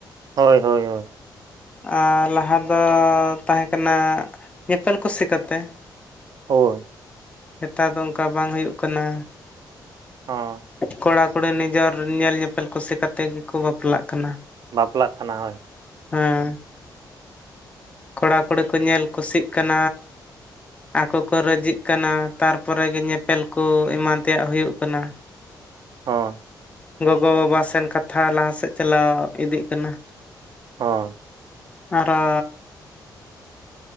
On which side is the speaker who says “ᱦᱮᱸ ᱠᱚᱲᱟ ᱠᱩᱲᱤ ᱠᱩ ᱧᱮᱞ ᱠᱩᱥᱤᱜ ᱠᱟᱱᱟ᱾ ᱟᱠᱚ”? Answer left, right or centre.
Left